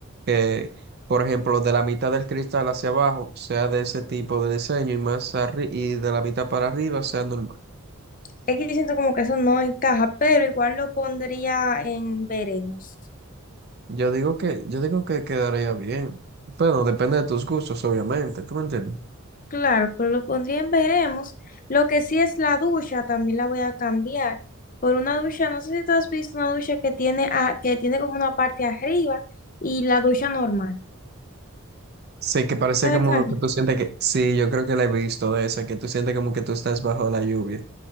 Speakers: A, on the right (about 50°); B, on the left (about 40°).
A: que, por ejemplo, de la mitad del cristal hacia abajo sea de ese tipo de diseño y más arri- y de la mitad para arriba sea normal.
B: Es que yo siento como que eso no encaja, pero igual lo pondría en veremos.
A: Yo digo que, yo digo que quedaría bien. Bueno, depende de tus gustos, obviamente, ¿tú me entiendes?
B: Claro, pero lo pondría en veremos. Lo que sí es la ducha, también la voy a cambiar por una ducha, no sé si tú has visto una ducha que tiene, a- que tiene como una parte arriba y la ducha normal.
A: Sí, que parece
B: ¿Sabes
A: como
B: cuál?
A: que tú sientes que... Sí, yo creo que la he visto de esa, que tú sientes como que tú estás bajo la lluvia.